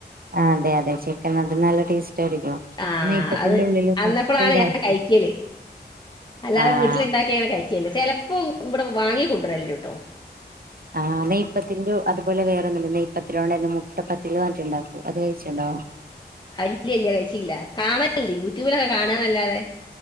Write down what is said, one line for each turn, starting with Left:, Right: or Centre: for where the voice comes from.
Right: അതെ അതെ ചിക്കൻ അത് നല്ല ടേസ്റ്റ് ആയിരിക്കും
Left: ആഹ
Right: നെയ്പ്പത്തിന്റെ
Left: അത്
Right: ഉള്ളില്
Left: അന്നപ്പോളാണ്
Right: മുട്ട ഇതാക്കിട്ട്
Left: ഞാൻ കഴിക്കല് അല്ലാതെ
Right: ആഹ്
Left: വീട്ടിൽണ്ടാക്കിങ്ങനെ കഴിക്കല്ലേ ചിലപ്പോം ഇവിടെ വാങ്ങിക്കൊ <unintelligible>
Right: ആ് നെയ്യപ്പത്തി അതുപോലെ വേറെന്നുമല്ല നെയ്യപ്പത്തിലോണ്ട് തന്നെ മുട്ടപ്പത്തില് ണ്ടാക്കും അത് കഴിച്ചണ്ടോ
Left: ഇല്ലില്ല കഴിച്ചില്ല കാണ അല്ല യൂട്യൂബിലൊക്കെ കാണൽ അല്ലാതെ